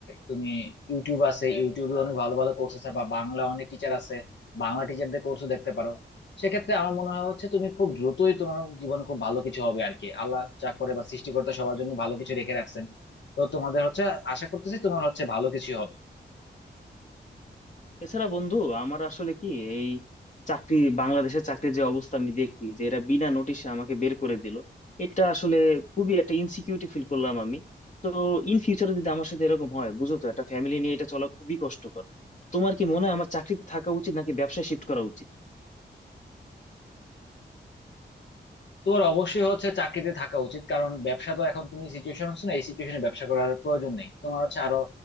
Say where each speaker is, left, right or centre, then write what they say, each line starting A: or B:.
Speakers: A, on the left; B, on the left.
A: তুমি ইউটিউব আছে ইউটিউবে অনেক ভালো ভালো কোর্স আছে বা বাংলা অনেক টিচার আছে বাংলা টিচারদের কোর্সও দেখতে পারো সেক্ষেত্রে আমার মনে হয় হচ্ছে তুমি খুব দ্রুতই তোমার জীবনে খুব ভালো কিছু হবে আর কি আল্লাহ যা করে বা সৃষ্টিকর্তা সবার জন্য ভালো কিছু রেখে রাখছেন তো তোমাদের হচ্ছে আশা করতেছি তোমার হচ্ছে ভালো কিছু হবে
B: এছাড়া বন্ধু আমার আসলে কি এই চাকরি বাংলাদেশের চাকরির যে অবস্থা আমি দেখি যে এরা বিনা নোটিশে আমাকে বের করে দিল এটা আসলে খুবই একটা ইনসিকিউরিটি ফিল করলাম আমি তো ইন ফিউচারে যদি আমার সাথে এরকম হয় বুঝো তো একটা ফ্যামিলি নিয়ে এটা চলা খুবই কষ্টকর তোমার কি মনে হয় আমার চাকরিতে থাকা উচিত নাকি ব্যবসায় শিফট করা উচিত
A: তোর অবশ্যই হচ্ছে চাকরিতে থাকা উচিত কারণ ব্যবসা তো এখন তুমি সিচুয়েশন হচ্ছে না এই সিচুয়েশনে ব্যবসা করার প্রয়োজন নেই তোমার হচ্ছে আরো